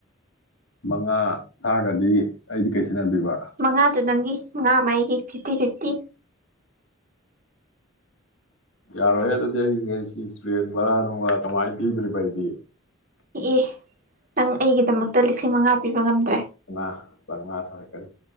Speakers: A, on the left; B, on the right.
A: ꯃꯉꯥ ꯊꯥꯒ꯭ꯔꯥꯗꯤ ꯑꯩꯗꯤ ꯀꯩ ꯁꯤꯟꯅꯗꯣꯏꯕ
B: ꯃꯉꯥꯗꯨ ꯅꯪꯒꯤ ꯃꯉꯥ ꯑꯃꯥꯥ ꯑꯩꯒꯤ ꯐꯤꯐꯇꯤ ꯐꯤꯐꯇꯤ
A: ꯌꯥꯔꯣꯏꯍꯦ ꯑꯗꯨꯗꯤ ꯑꯩ ꯔꯦꯟ ꯁꯤ ꯔꯦꯟ ꯕꯥꯔꯥ ꯅꯨꯡꯔꯥ ꯀꯃꯥꯏ ꯄꯤꯗꯨꯔꯤꯕ ꯑꯩꯗꯤ
B: ꯏ ꯅꯪ ꯑꯩꯒꯤꯗꯃꯛꯇ ꯂꯤꯁꯤꯡ ꯃꯉꯥ ꯄꯤꯕ ꯉꯝꯗ꯭ꯔꯦ
A: ꯅꯥ ꯕꯔꯃ ꯊꯔꯛꯀꯅꯤ